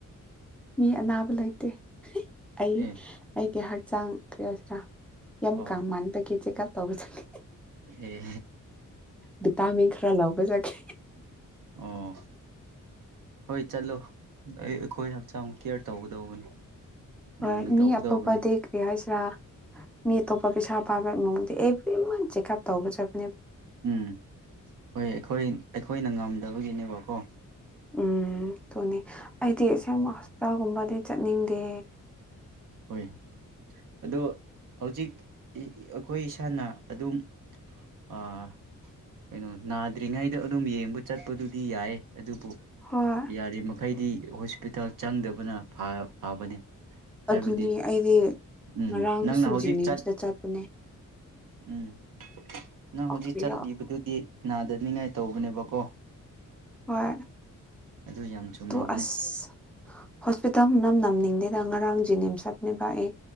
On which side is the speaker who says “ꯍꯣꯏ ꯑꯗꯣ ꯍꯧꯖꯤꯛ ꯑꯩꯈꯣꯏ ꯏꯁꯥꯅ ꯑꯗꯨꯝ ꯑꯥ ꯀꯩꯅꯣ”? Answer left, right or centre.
Right